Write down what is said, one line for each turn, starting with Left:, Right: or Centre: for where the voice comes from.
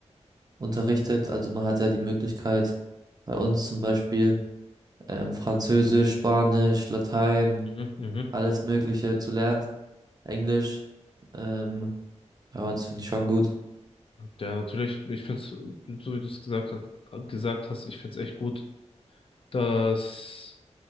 Right: unterrichtet. Also man hat ja die Möglichkeit, bei uns zum Beispiel, ähm, Französisch, Spanisch, Latein,
Left: Mhm. Mhm.
Right: alles Mhm. Mögliche zu lernen. Englisch. Ähm, ja, das finde ich schon gut.
Left: Ja, natürlich, ich finde es, so wie du es gesagt hat, gesagt hast, ich finde es echt gut, dass